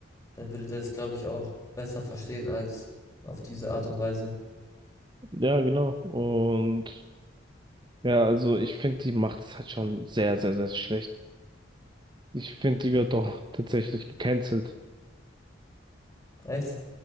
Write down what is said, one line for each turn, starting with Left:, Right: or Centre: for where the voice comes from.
Left: dann würde der das, glaube ich, auch besser verstehen als auf diese Art und Weise.
Right: ja, genau. Und Ja, also ich finde, die macht es halt schon sehr, sehr, sehr schlecht. Ich finde, die wird doch <laughs> tatsächlich gecancelt.
Left: Echt?